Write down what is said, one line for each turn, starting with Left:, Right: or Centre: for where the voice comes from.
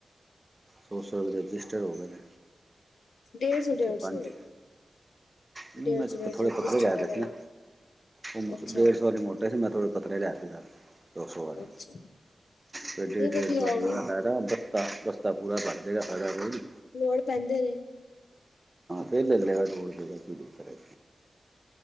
Right: ਸੋ-ਸੋ ਰੁਪਏ ਦੇ ਰਜਿਸਟਰ ਹੋ ਗੇ ਨੇ।
Left: ਡੇਢ ਸੌ
Right: ਅੱਛਾ
Left: ਡੇਢ
Right: ਪੰਜ,
Left: ਸੌ
Right: ਮੈਂ
Left: ਡੇਢ ਸੌ ਡੇਢ
Right: ਤੇ ਥੋੜੇ
Left: ਸੌ ਰਜਿਸਟਰ
Right: ਪਤਲੇ ਰੈ
Left: ਵਗੈਰਾ
Right: ਰਯਾ ਸੀਨਾ। ਉਹ
Left: ਅੱਛਾ
Right: ਡੇਢ ਸੌ ਵਾਲੇ ਮੋਟੇ ਸੀ ਮੈਂ ਥੋੜੇ ਪਤਲੇ ਲੈ ਕੇ ਦਾ। ਦ ਸੌ ਵਾਲਾ
Left: ਅੱਛਾ ਨਹੀਂ
Right: ਫੇਰ ਡੇ ਡੇਢ
Left: ਵਧੀਆ
Right: ਸੌ ਮੈਂ
Left: ਉਹ ਵੀ
Right: ਲੈ ਨਾ ਬਸਤਾ, ਬਸਤਾ ਪੁੂਰਾ ਭਾਰ ਜੇਗਾ ਫਾਇਦਾ ਕੋਈ ਨੀ।
Left: ਲੋੜ ਪੈਂਦੇ ਨੇ
Right: ਫੇਰ ਲਲੇਗਾ ਲੋੜ ਪਏਗਾ ਕੀ ਦਿੱਕਤ ਏ।